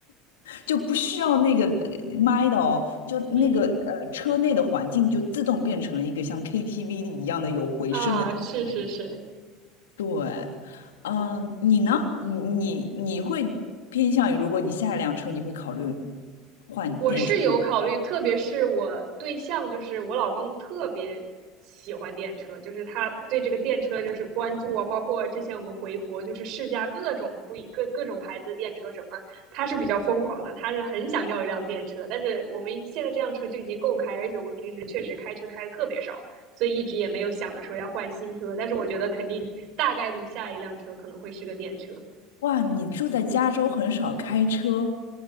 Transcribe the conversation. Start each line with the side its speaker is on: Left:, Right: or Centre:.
Left: 就不需要那个呃麦的哦，就那个呃车内的环境就自动变成了一个像
Right: 嗯
Left: KTV 一样的有回声的那种感觉
Right: 啊，是是是，
Left: 对，嗯、你呢？你你你会偏向于，如果你下一辆车，你会考虑换电池吗？
Right: 我是有考虑，特别是我对象，就是我老公，特别喜欢电车，就是他对这个电车就是关注啊，包括之前我们回国，就是试驾各种不一各各种牌子的电车什么的，他是比较疯狂的，他是很想要一辆电车，但是我们现在这辆车就已经够开，而且我们平时确实开车开的特别少，所以一直也没有想着说要换新车，但是我觉得肯定大概率下一辆车可能会是个电车
Left: 哇，你住在加州，很少开车，